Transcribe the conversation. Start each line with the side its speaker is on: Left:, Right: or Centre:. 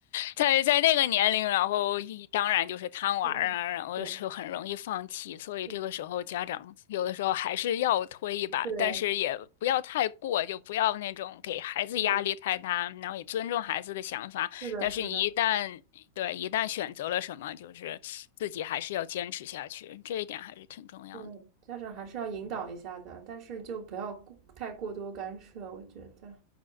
Left: 在在那个年龄，然后一当然就是贪玩儿啊，
Right: 对
Left: 然后就是很容易放弃，
Right: 对
Left: 所以这个时候家长有的时候还是要推一把，
Right: 对对，
Left: 但是也不要太过，就不要那种给孩子压力太大，
Right: 我
Left: 然后也尊重孩子的想法。
Right: 是的，
Left: 但是你一旦对一旦选择了什么，
Right: 是的，
Left: 就是自己还是要坚持下去，这一点还是挺重要的。
Right: 对，家长还是要引导一下的，但是就不要过太过多干涉，我觉得。